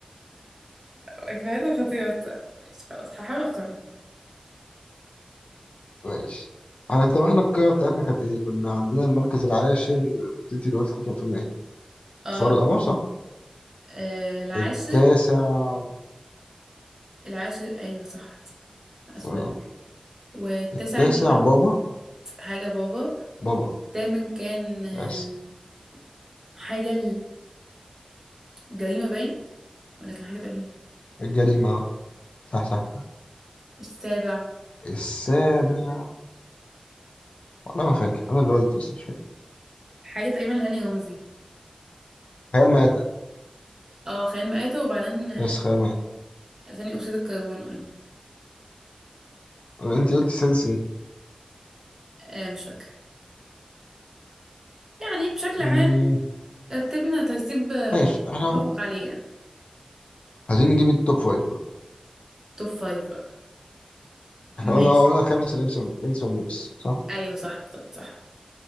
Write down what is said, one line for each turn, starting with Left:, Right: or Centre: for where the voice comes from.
Right: افيهاته خطيرة بصراحة. ماشي خلاص هحاول اختارها
Left: ماشي احنا طب احنا القاعة بتاعتنا كانت ايه؟ كنا عندنا المركز العاشر انت اللي قلتي كان فيلم ايه؟
Right: اه
Left: اسوار القمر صح؟
Right: آه، العاشر
Left: التاسع
Right: العاشر ايوه صح صح اسفل
Left: اسوار القمر
Right: والتاسع
Left: التاسع
Right: انت قلت
Left: بابا
Right: حاجة بابا
Left: بابا
Right: الثامن كان آه،
Left: بس
Right: حاجة الجريمة باين ولا كان حاجة تانية
Left: الجريمة صح صح
Right: والسابع
Left: السابع والله ما فاكر انا اللي قلت بس مش فاكر
Right: حاجة تقريبا لهاني رمزي
Left: خيال مآتة
Right: اه خلينا مآتة وبعدين آه،
Left: بس خيال مآتة
Right: ثاني أكسيد الكربون قلنا
Left: انت قلتي السادس ايه؟
Right: آه مش فاكرة يعني بشكل
Left: مم،
Right: عام رتبنا ترتيب آه،
Left: ماشي احنا
Right: متفق عليه يعني
Left: عايزين نجيب التوب فايف بقى
Right: توب فايف بقى
Left: احنا
Right: ماشي
Left: قلنا آه، قلنا الخامس الانس والن- الانس والنمس صح؟
Right: أيوه صح بالظبط صح